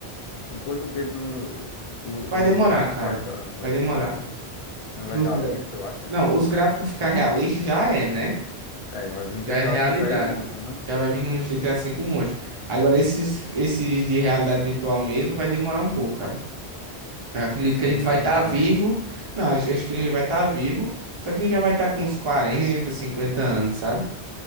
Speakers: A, on the left; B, on the right.
A: Com quanto tempo o- o-
B: Vai demorar,
A: os gráficos
B: cara.
A: vai, tá, vai
B: Vai demorar.
A: demorar, né? Nós
B: Pros
A: vai estar
B: gra-
A: tá vivo, tu acha?
B: Não, os gráficos ficar realistas já é, né?
A: É, vai vir um
B: Já
A: GTA
B: é realidade.
A: 6 aí, monstro, né?
B: Já vai vir no GTA V um monte. Agora, esses,
A: GTA
B: esses de realidade virtual mesmo vai demorar um pouco, cara. Eu acredito
A: Questão
B: que a gente
A: de nós
B: vai estar
A: não tá
B: vivo.
A: nem vivo.
B: Não, acho acho que a gente vai estar vivo. Só que a gente já vai estar com uns 40, 50 anos, sabe?